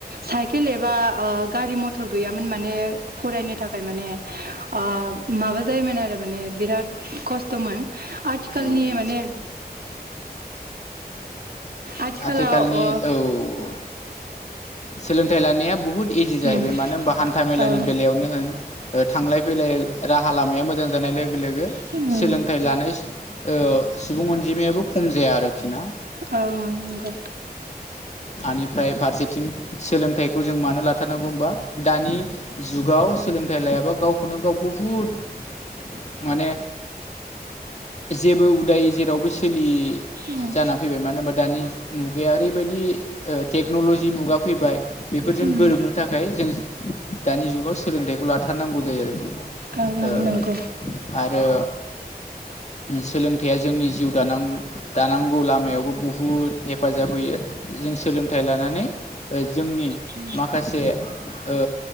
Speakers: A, on the right (about 65°); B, on the left (about 45°).
A: साइकेल एबा ओ गारि मथर गैयामोन माने फरायनो थाखाय माने ओ माबा जायोमोन आरो माने बिराद खस्थ'मोन आथिखालनि
B: औ निस्सय
A: माने आथिखालाव
B: आथिखालनि
A: ओ
B: औव। सोलोंथाइ लानाया बुहुत इजि जाहैबाय
A: उम
B: मानो होनबा हान्था मेलानि
A: औ
B: बेलायावनो होन थांलाय फैलाय राहा लामाया मोजां जानाय लोगो लोगो
A: उम सोलोंथाइखौ
B: सोलोंथाइ लानाय ओ सुबुं अनजिमायाबो खम जाया आरोखि ना।
A: ओं औं नंगौ।
B: हानिफ्राय फारसेथिं सोलोंथाइखौ जों मानो लाथारनांगौ होनबा दानि जुगाव सोलोंथाइ लायाबा गावखौनो गाव बुहुद माने जेबो उदायि जेरावबो सोलियि
A: उम
B: जाना फैबाय मानो होनबा दानि मुगाया ओरैबायदि ओ टेक्न'लजि मुगा फैबाय। बेफोरजों
A: उम
B: गोरोबनो थाखाय जों दानि जुगाव सोलोंथाइखौ लाथारनांगौ जायो आरोखि। ओ
A: ओं ओं नांगौ।
B: आरो सोलोंथाइया जोंनि जिउ दानां दानांगौ लामायावबो बुहुद हेफाजाब होयो जों सोलोंथाइ लानानै जोंनि
A: उम
B: माखासे ओ